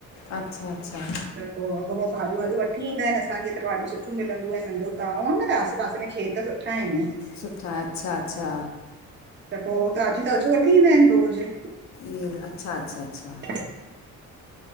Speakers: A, on the left; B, on the right.
A: अच्छा अच्छा
B: त पो अॻो पो भाॼियूं वाॼियूं वठी ईंदा आहिनि असांजे त भाॼियूं सुठियूं मिलंदियूं नंढो गांव आ न रास हिते पासे में खेत सुठा आहिनि।
A: सुठा, अच्छा अच्छा
B: त पो ताजियू ताजूं वठी ईंदा आहिनि रोजु
A: ईअं, अच्छा अच्छा अच्छा
B: <unintelligible>